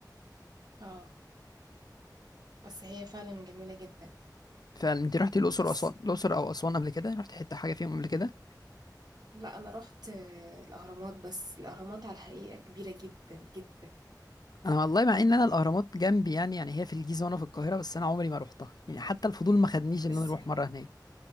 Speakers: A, on the right; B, on the left.
A: اه بس هي فعلا جميلة جدا
B: فأنت رحتي الأقصر
A: بس
B: وأسوان الأقصر أو أسوان قبل كده رحتي حتة حاجة فيهم قبل كده
A: لا انا رحت آه، الاهرامات بس الاهرامات على الحقيقه كبيره جدا جدا
B: انا والله مع ان انا الاهرامات جنبي يعني يعني هي في الجيزه وانا في القاهره بس انا عمري ما روحتها يعني حتى الفضول ما خدنيش ان
A: ازاي
B: انا اروح مره هناك